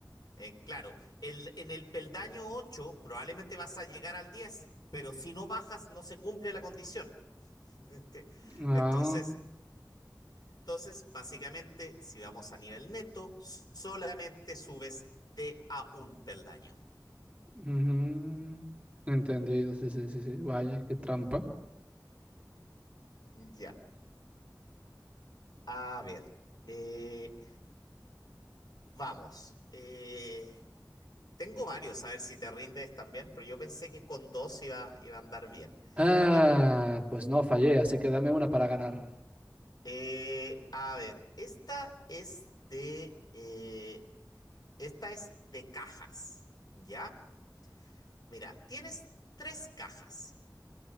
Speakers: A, on the left (about 70°); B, on the right (about 20°).
A: Eh, claro, el- en el peldaño 8 probablemente vas a llegar al 10, pero si no bajas no se cumple la condición. <laughs>
B: Ah,
A: Entonces, Entonces, básicamente, si vamos a nivel neto, solamente subes de a un peldaño.
B: ujú. Entendido, sí, sí, sí, sí. Vaya, qué trampa.
A: Ya. A ver. eh, vamos. Eh, tengo varios, a ver si te rindes también, pero yo pensé que con dos iba, iba a andar bien.
B: Ah,
A: Mira,
B: pues no, fallé, así que dame una para ganar.
A: eh, a ver, esta es de, eh, esta es de cajas, ¿ya? Mira, tienes tres cajas,